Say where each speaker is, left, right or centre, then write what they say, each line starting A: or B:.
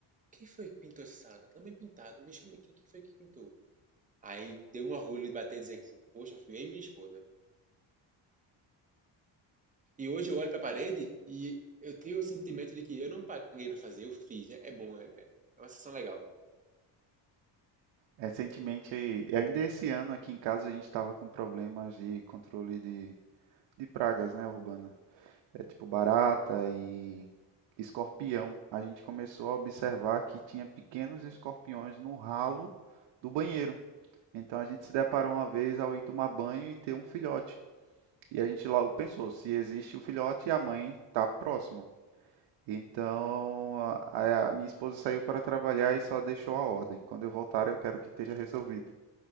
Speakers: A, on the right; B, on the right.
A: quem foi que pintou essa sala? Também pintado, me chama aqui, quem foi que pintou? Aí deu um orgulho de bater e dizer que, poxa, fui eu e minha esposa. E hoje eu olho para a parede e eu tenho o sentimento de que eu não paguei para fazer, eu fiz. É, é bom, é, é é uma sensação legal.
B: Recentemente, ainda esse ano aqui em casa a gente estava com problemas de controle de, de pragas, né, urbana. É tipo barata e escorpião. A gente começou a observar que tinha pequenos escorpiões no ralo do banheiro. Então a gente se deparou uma vez ao ir tomar banho e ter um filhote. E a gente logo pensou, se existe o filhote, a mãe está próximo. Então, a, a minha esposa saiu para trabalhar e só deixou a ordem. Quando eu voltar, eu quero que esteja resolvido.